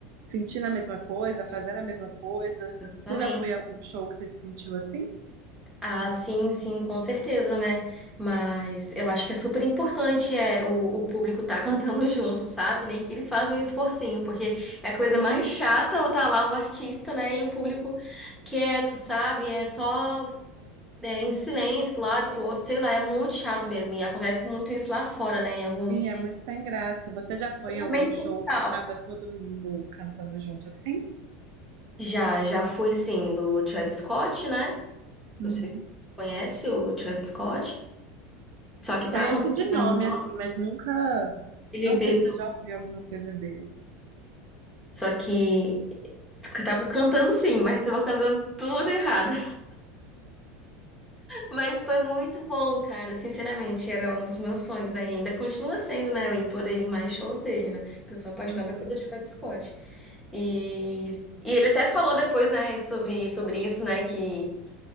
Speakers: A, on the right; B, in the centre.
A: sentindo a mesma coisa, fazendo a mesma coisa.
B: <laughs> Exatamente.
A: Você já foi a algum show que você se sentiu assim?
B: Ah, sim, sim, com certeza, né? Mas eu acho que é super importante é, o, o público tá <laughs> cantando junto, sabe? Nem que eles fazem um esforcinho, porque é a coisa
A: Sim,
B: mais chata ou tá lá o artista, né? E o público quieto, sabe? É só. é, em silêncio, pro lado, pro outro, sei lá, é muito chato mesmo. E acontece muito isso lá fora, né? Em alguns.
A: Sim, é muito sem graça. Você já foi
B: Realmente
A: em algum show
B: sem sal.
A: que tava todo mundo cantando junto assim?
B: Já, já fui sim, do Travis Scott, né?
A: Uhum.
B: Não sei se você conhece o Travis Scott. Só que estavam
A: Conheço de
B: cantando.
A: nome assim, mas nunca.
B: Ele
A: Não
B: veio.
A: sei se eu já ouvi alguma coisa dele.
B: Só que estavam cantando sim, mas estavam cantando tudo errado. Mas foi muito bom, cara. Sinceramente, era um dos meus sonhos, né? E ainda continua sendo, né? Eu em poder ir em mais shows dele, né? Porque eu sou apaixonada
A: Uhum.
B: pelo Travis Scott. E, e ele até falou depois, né, sobre, sobre isso, né? Que